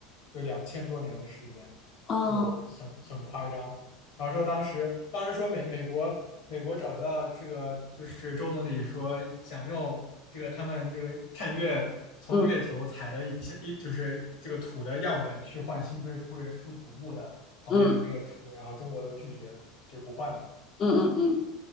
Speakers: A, on the left (about 65°); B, on the left (about 35°).
A: 有两千多年的时间，
B: 哦，
A: 就很很夸张。然后说当时，当时说美美国美国找到这个就是周总理说想用这个他们这个探月从月球采的一些一就是这个土的样本去换辛追夫人出土墓的旁边的那个土，
B: 嗯嗯
A: 然后中国都拒绝就不换嘛。
B: 嗯嗯嗯。
A: 嗯，